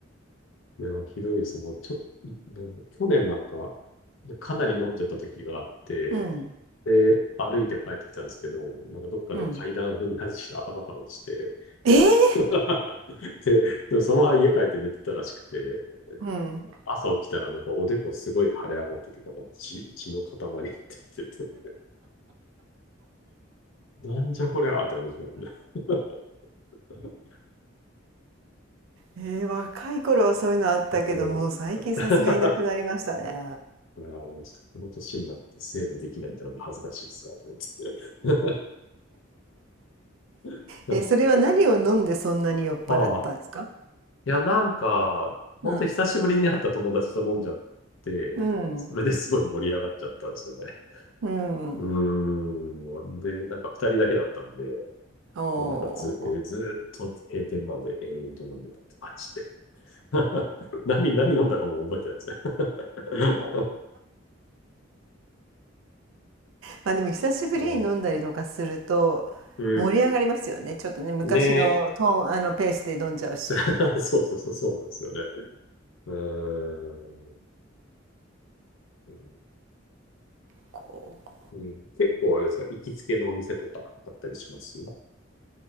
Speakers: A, on the left; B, on the right.
A: いや、ひどいです。もう、ちょ、去年なんか、かなり飲んじゃった時があって、
B: うん。
A: で、歩いて帰ってきたんですけど、なんかどっかで階段踏み外して頭から落ちて、
B: うん。えー
A: <laughs> で、でもそのまま家帰って寝てたらしくて、
B: うん。
A: 朝起きたらなんかおでこすごい腫れ上がってて、なんか血、血の塊が出ててて、なんじゃこりゃーって感じなんだ。<laughs>
B: えー若い頃はそういうのあったけど、
A: もう、
B: もう最近さすがになくなりましたね。
A: <laughs> だからもうちょっとこの年になってセーブできないってのが恥ずかしいっすわ、と思って。<laughs>
B: え、それは何を飲んでそんなに酔っ払ったんですか
A: まあ、いや、なんか、本当久しぶりに会った友達と飲んじゃって、
B: うん。うん。
A: それですごい盛り上がっちゃったんですよね。
B: うん。
A: うーん。で、なんか二人だけだったんで、
B: おお。
A: もうなんかず、えーずーっと閉店まで延々と飲んでたって感じで。<laughs> 何、何飲んだかも覚えてないですね。<laughs>
B: まあでも久しぶりに飲んだりとかすると盛り上がりますよね。
A: うん。う
B: ちょっとね、昔のトーン、
A: んね
B: あのペースで飲んじゃうし。
A: え <laughs> そうそうそう、そうなんですよね。うーん。うん
B: こう
A: うん、結構あれですか、行きつけのお店とかあったりします